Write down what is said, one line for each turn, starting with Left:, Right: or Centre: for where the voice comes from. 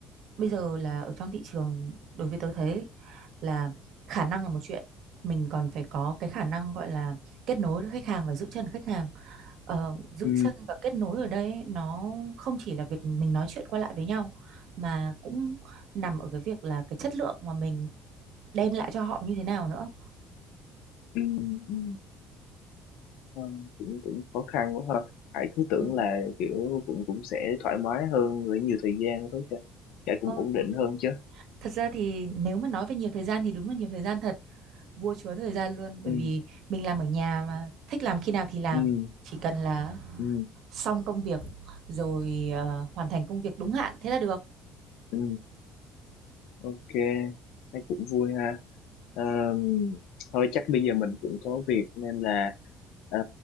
Right: bây giờ là ở trong thị trường đối với tớ thấy là khả năng là một chuyện mình còn phải có cái khả năng gọi là kết nối với khách hàng và giữ chân khách hàng ờ, giữ
Left: ừ
Right: chân và kết nối ở đây ấy, nó không chỉ là việc mình nói chuyện qua lại với nhau mà cũng nằm ở cái việc là cái chất lượng mà mình đem lại cho họ như thế nào nữa
Left: ừ ừ Ờ, cũng cũng khó khăn quá ha Hải cứ tưởng
Right: Ừ,
Left: là kiểu cũng cũng sẽ thoải mái hơn với nhiều thời gian với cả, cả
Right: Ờ,
Left: cũng ổn định
Right: đúng rồi.
Left: hơn chứ
Right: Thật ra thì nếu mà nói về nhiều thời gian thì đúng là nhiều thời gian thật vua chúa thời gian luôn bởi
Left: ừ
Right: vì mình làm ở nhà mà thích làm khi nào thì làm
Left: ừ
Right: chỉ cần là
Left: ừ
Right: xong công việc rồi ờ, hoàn thành công việc đúng hạn thế là được
Left: ừ ok thấy cũng vui ha Ờm, thôi chắc bây giờ mình cũng có việc nên là ờ,